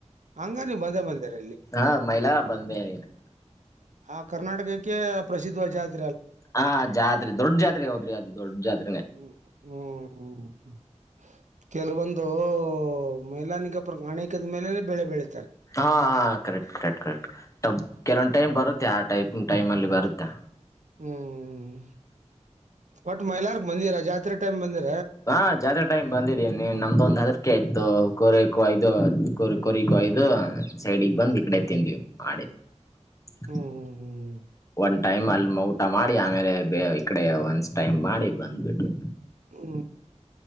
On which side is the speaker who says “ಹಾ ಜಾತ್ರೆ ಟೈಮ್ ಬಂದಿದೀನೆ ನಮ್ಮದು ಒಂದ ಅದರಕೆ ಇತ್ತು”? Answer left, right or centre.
Left